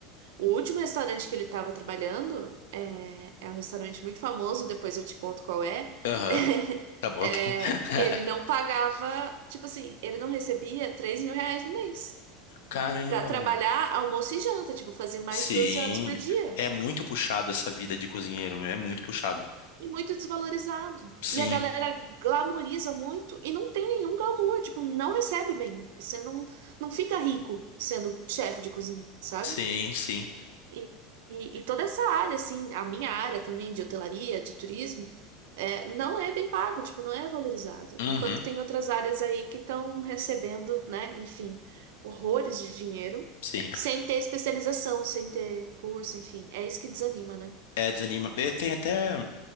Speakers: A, on the right; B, on the left.
A: O último restaurante que ele estava trabalhando é, é um restaurante muito famoso, depois eu te conto qual é.
B: aham,
A: <laughs>
B: tá bom,
A: É,
B: tá bom. <laughs>
A: ele não pagava, tipo assim, ele não recebia três mil reais no mês
B: Caramba,
A: para trabalhar
B: mano.
A: almoço e janta, tipo, fazer mais
B: Sim,
A: de 12 horas por dia.
B: é muito puxado essa vida de cozinheiro, meu, é muito puxado.
A: E muito desvalorizado.
B: Sim,
A: E a galera glamoriza muito e não tem nenhum glamour, tipo, não recebe bem. Você não, não fica rico sendo chefe de cozinha, sabe?
B: sim, sim,
A: E, e- e toda essa área, assim, a minha área também de hotelaria, de turismo, é, não é bem pago, tipo, não é valorizado.
B: uhum,
A: Enquanto tem outras áreas aí que estão recebendo, né, enfim, horrores de dinheiro,
B: sim.
A: sem ter especialização, sem ter curso, enfim. É isso que desanima, né?
B: É, desanima. Eh, Tem até.